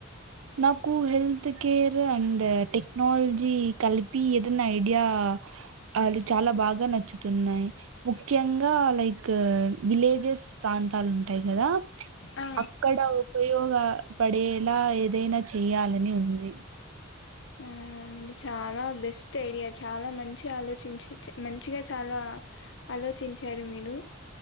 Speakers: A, on the right (about 75°); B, on the left (about 60°).
A: నాకు హెల్త్ కేర్ అండ్ టెక్నాల్జీ కలిపి ఏదన్నా ఐడియా ఆళు చాలా బాగా నచ్చుతున్నయి ముఖ్యంగా లైక్ విలేజెస్ ప్రాంతాలు ఉంటాయి కదా
B: ఆ
A: అక్కడ ఉపయోగ పడేలా ఏదైనా చేయాలని ఉంది
B: మ్మ్ మింట్ చాలా బెస్ట్ ఐడియా చాలా మంచి ఆలోచించే మంచిగా చాలా ఆలోచించారు మీరు